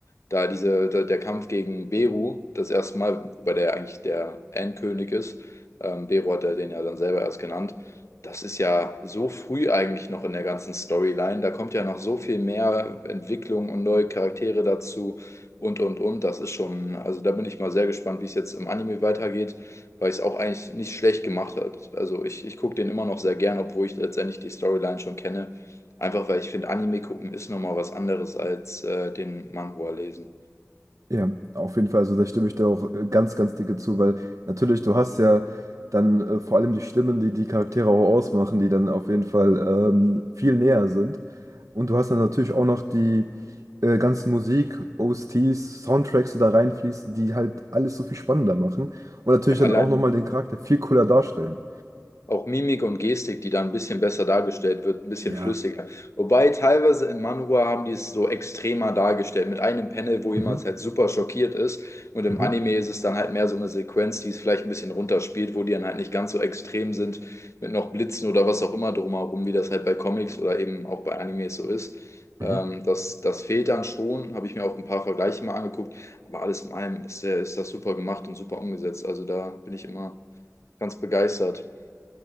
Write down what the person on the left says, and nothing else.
da diese, da, der Kampf gegen Beru, das erste Mal, wobei der ja eigentlich der Endkönig ist, ähm, Beru hat er den ja dann selber erst genannt. Das ist ja so früh eigentlich noch in der ganzen Storyline. Da kommt ja noch so viel mehr Entwicklung und neue Charaktere dazu und und und. Das ist schon, also da bin ich mal sehr gespannt, wie es jetzt im Anime weitergeht weil es auch eigentlich nicht schlecht gemacht hat. Also ich, ich gucke den immer noch sehr gern, obwohl ich letztendlich die Storyline schon kenne. Einfach weil ich finde, Anime gucken ist nochmal was anderes als äh, den Manhwa lesen.
Ja, allein.
Auch Mimik und Gestik, die da ein bisschen besser dargestellt wird, ein bisschen
flüssiger. Wobei teilweise in Manhwa haben die es so extremer dargestellt, mit einem Panel, wo jemand
halt super schockiert ist. Und im
Anime ist es dann halt mehr so eine Sequenz, die es vielleicht ein bisschen runterspielt, wo die dann halt nicht ganz so extrem sind, mit noch Blitzen oder was auch immer drumherum, wie das halt bei Comics oder eben auch bei Animes so ist. Ähm,
das, das fehlt dann schon, habe ich mir auch ein paar Vergleiche mal angeguckt. Aber alles in allem ist, der, ist das super gemacht und super umgesetzt. Also da bin ich immer ganz begeistert.